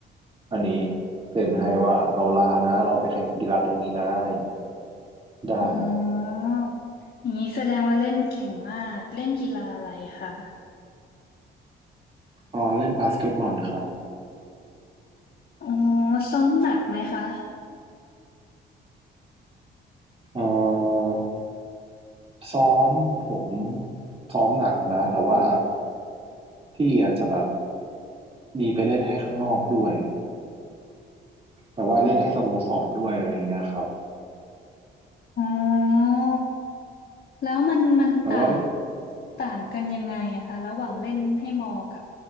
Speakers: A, on the right (about 30°); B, on the left (about 50°).
A: อันนี้เซ็นให้ว่าเราลานะเราไปแข่งกีฬาตรงนี้นะอะไรอย่างเงี้ยได้
B: อ๋ออย่างนี้แสดงว่าเล่นเก่งมาก เล่นกีฬาอะไรคะ
A: อ๋อเล่นบาสเกตบอลครับ
B: อ๋อซ้อมหนักไหมคะ
A: เอ่อซ้อมผมซ้อมหนักนะแต่ว่าพี่อาจจะแบบมีไปเล่นให้ข้างนอกด้วยแต่ว่าเล่นให้สโมสรด้วยอะไรอย่างเงี้ยครับ
B: อืมอ๋อแล้วมันมันต่าง
A: แต่ว่าเล่น
B: ต่างกันยังไงอะคะ ระหว่างเล่นให้มอกับ